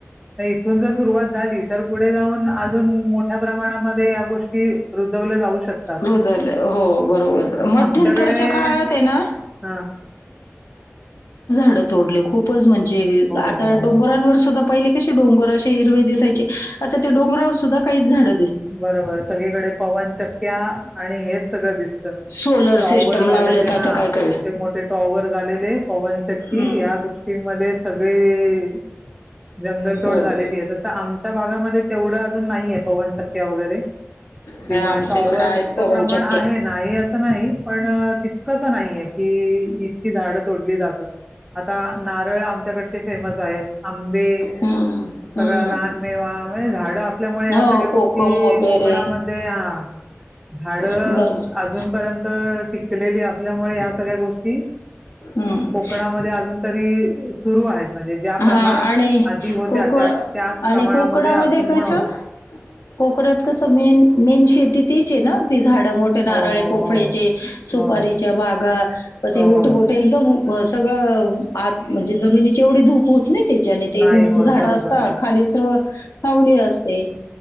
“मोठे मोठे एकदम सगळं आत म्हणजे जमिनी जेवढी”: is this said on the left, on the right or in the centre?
Left